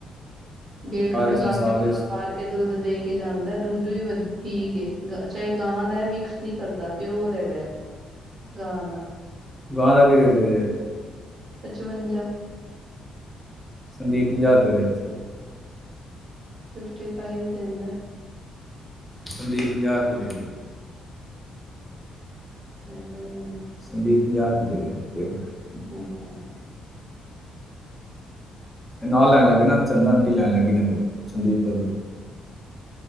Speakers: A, on the right; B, in the centre.
A: ਗੇਟ ਖੜਕਾ
B: ਸੰਸਾਰ
A: ਕੇ ਬਾਜ
B: ਹੈ
A: ਮਾਰ ਕੇ ਦੁੱਧ ਦੇ ਕੇ ਜਾਂਦਾ ਦੁੱ ਵੀ <unintelligible> ਵਧ ਠੀਕ ਗ। <unintelligible> ਚਾਹੇ ਗਾਂ ਦਾ ਮਿਕਸ ਨੀ ਕਰਦਾ ਪਿਓਰ ਹੈਗਾ ਹੈ ਗਾਂ ਦਾ।
B: ਗ ਦਾੱਕ ਰੇਟ ਦੇ ਰਿ <unintelligible>
A: ਪਚਵੰਜਾ।
B: ਸੰਦੀਪ ਪੰਜਾ ਦੇ ਦੇ ਇੱਥੇ <unintelligible>
A: ਫਿਫਟੀ ਫਾਈਵ ਦਿੰਦਾ ਐ।
B: ਸੰਦੀ ਪੰਜਾਹ ਰੁਪ ਦੇ
A: ਹਮ ਹਮ
B: ਸੰਦੀਪ ਪੰਜਾਹ ਰੁਪਏ ਦੇ ਦਿ ਦੇਖ ਲ <unintelligible>
A: ਹਮ ਹਮ।
B: ਨਾਲ ਲੈਣ ਲੱਗੇ ਨਾ ਚੰਦਾ ਆਂਟੀ ਲੈਣ ਲੱਗੀ ਇਹ ਕੋਲ ਸੰਦੀਪ ਕੋ